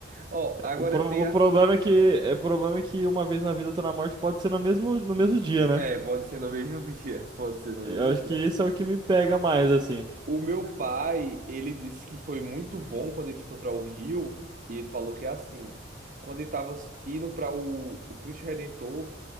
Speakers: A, on the right; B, on the right.
A: Ó, agora
B: o, pro,
A: tem
B: o
A: assim.
B: problema é que, é, o problema é que uma vez na vida, outra na morte pode ser no mesmo, no mesmo dia, né?
A: É, pode ser no mesmo <laughs> dia, pode ser no
B: Eu
A: mesmo
B: acho
A: dia.
B: que isso é o que me pega mais, assim.
A: O meu pai, ele disse que foi muito bom quando ele foi para o Rio, e ele falou que é assim, quando ele estava indo para o, o Cristo Redentor,